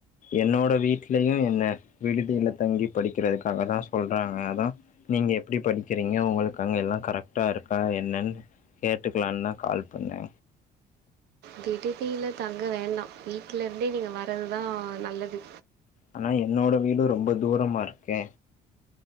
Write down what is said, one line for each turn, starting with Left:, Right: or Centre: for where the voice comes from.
Left: என்னோட வீட்லயு என்ன விடுதியில தங்கி படிக்கிறதுக்காக தா சொல்றாங்க அதா நீங்க எப்டி படிக்கிறீங்க ஒங்களுக்கு அங்க எல்லா கரெக்ட்டா இருக்கா என்னன்னு கேட்டுக்கலான் தா கால் பண்ணே
Right: விடுதில தங்க வேண்ட வீட்டுல இருந்தே நீங்க வர்றதுதா நல்லது
Left: ஆனா என்னோட வீடு ரொம்ப தூரமா இர்க்கே